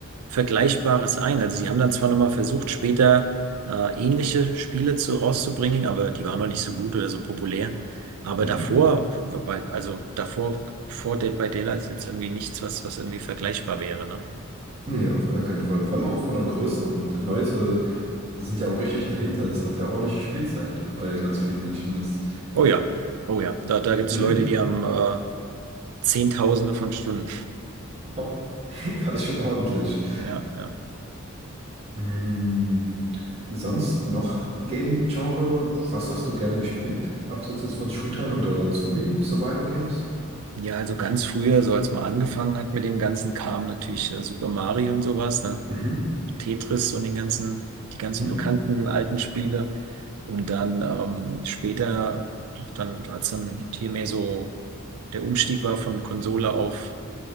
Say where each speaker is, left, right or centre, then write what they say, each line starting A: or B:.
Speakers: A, on the right; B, on the right.
A: Vergleichbares ein. Also sie haben dann zwar nochmal versucht, später äh, ähnliche Spiele zu, rauszubringen, aber die waren noch nicht so gut oder so populär. Aber
B: Mhm.
A: davor, bei- also davor, vor Dead by Daylight ist jetzt irgendwie nichts, was, was irgendwie vergleichbar wäre, ne?
B: Nee, auf gar keinen Fall. Vor allem auch von der Größe und Leute sind ja auch richtig dahinter. Das hat ja ordentliche Spielzeit bei ganz vielen Menschen. Das,
A: Oh ja, oh ja, da, da gibt's
B: mhm.
A: Leute, die haben äh, Zehntausende von Stunden.
B: <laughs> Das ist schon ordentlich.
A: Ja, ja.
B: Hm, sonst noch Game-Genre? Was hast du gerne gespielt? Abseits jetzt von Shootern oder Zombie-Survival-Games?
A: Ja, also ganz früher, so als man angefangen hat mit dem ganzen Kram, natürlich äh, Super Mario und sowas, ne?
B: Mhm,
A: Tetris und den ganzen, die ganzen
B: mhm,
A: bekannten alten Spiele. Und dann ähm, später, dann, als dann hier mehr so der Umstieg war von Konsole auf